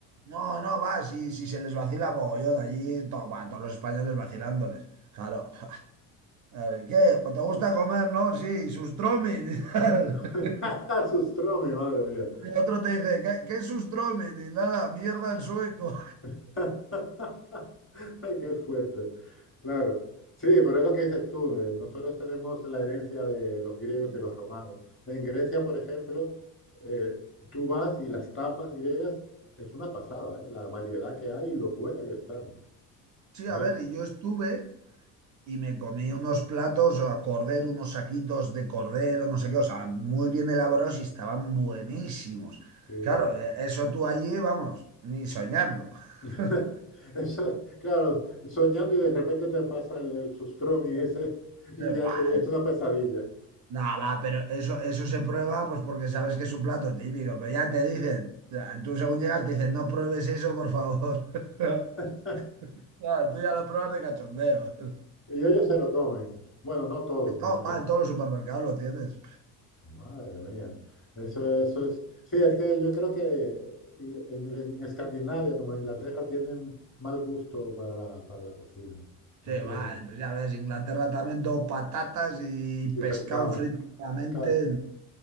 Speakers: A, on the right (about 40°); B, on the left (about 25°).
A: No, no, va, si, si se les vacila mogollón allí, to- va, todos los españoles vacilándoles. Claro. <laughs> A ver, ¿Qué? ¿O te gusta comer, no? Sí, sustromin y tal. <laughs>
B: <laughs> Sus mi madre mía.
A: Y el otro te dice, ¿qué, qué es sustromin? Y nada, mierda en sueco.
B: <laughs> Qué fuerte. Claro. Sí, pero es lo que dices tú. eh, Nosotros tenemos la herencia de los griegos
A: <laughs>
B: y los romanos. En Grecia, por ejemplo, eh, tú vas y las tapas griegas es una pasada, eh, La variedad que hay y lo buena que están.
A: Sí,
B: Entonces,
A: a ver, y yo estuve, y me comí unos platos o a cordero, unos saquitos de cordero, no sé qué, o sea, muy bien elaborados y estaban buenísimos.
B: sí.
A: Claro, eh, eso tú allí, vamos, ni soñarlo.
B: <laughs>
A: <laughs>
B: Eso, claro, soñando y de repente te pasa el, el sustromi ese y
A: Se-
B: ya
A: bah,
B: te, y es
A: es-
B: una pesadilla.
A: No, va, pero eso, eso se prueba pues porque sabes que es un plato típico, pero ya te dicen, o tú según llegas te dicen, no pruebes eso, por favor. <laughs>
B: <laughs>
A: Claro, tú ya lo pruebas de cachondeo. <laughs>
B: Y ellos se lo comen. Bueno, no todos, me
A: No,
B: imagino.
A: va, en todos los supermercados lo tienes.
B: Madre mía, eso, eso es. Sí, es que yo creo que y en, en Escandinavia, como en Inglaterra, tienen mal gusto para la, para la cocina. No
A: Sí,
B: tienen.
A: va, pues ya ves, Inglaterra también todo patatas y
B: Y
A: pescado
B: pescado,
A: frito solamente.
B: claro.